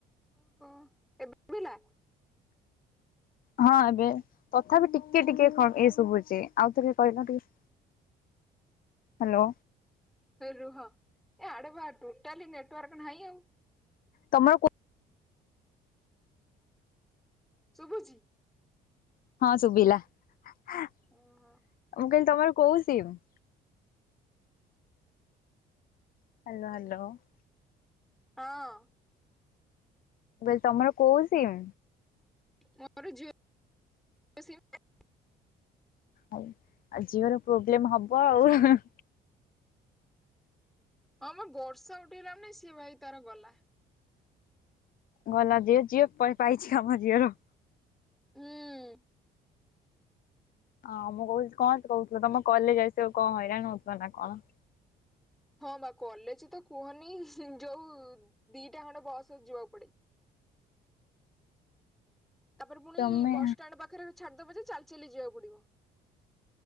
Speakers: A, in the centre; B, on the left.
A: <unintelligible>
B: ହଁ ଏବେ ତଥା ବିି ଟିକେ ଟିକେ ଏ ଶୁଭୁଚି ଆଉଟିକେ କହିଲ ଟିକେ। ହ୍ୟାଲୋ।
A: ରୁହ ଏ ଆଡେ ବା ଟୋଟାଲି ନେଟୱାର୍କ ନାହିଁ ଆଉ।
B: ତମର
A: ସୁଭୁଚି?
B: ହଁ ଶୁଭିଲା। ମୁଁ
A: ଓହୋ
B: କହିଲି ତମର କୋଉ ସିମ୍? <unintelligible>
A: ହଁ।
B: ମୁଁ କହିଲି ତମର କୋଉ ସିମ୍?
A: ମୋର ଜିଓ ସିମ୍ ପା।
B: ଆଉ ଜିଓ ର ପ୍ରୋବ୍ଲେମ ହବ ଆଉ।
A: ହଁ ଆମ ବର୍ଷା ଉଠେଇଲା ମାନେ ସିଏ ଭାଇ ତାର ଗଲା।
B: ଗଲା ଦିଅ ଯିଅ ପାଇଚି କାମ ଦିଅର।
A: ହୁଁ।
B: ହଁ ମୁଁ କହୁଚି କଣ କହୁଥିଲ ତମ କଲେଜ ଆସିବ କଣ ହଇରାଣ ହଉଥିଲା ନା କଣ?
A: ହଁ ବା କଲେଜ ତ କୁହନି ଯୋଉ ଦିଟା ଖଣ୍ଡେ ବସ୍ ଯିବାକୁ ପଡେ। ତାପରେ ପୁଣି
B: ତମେ
A: ବସଷ୍ଟାଣ୍ଡ ପାଖରେ ଛାଡିଦବ ଯେ ଚାଲି ଚାଲି ଯିବାକୁ ପଡିବ।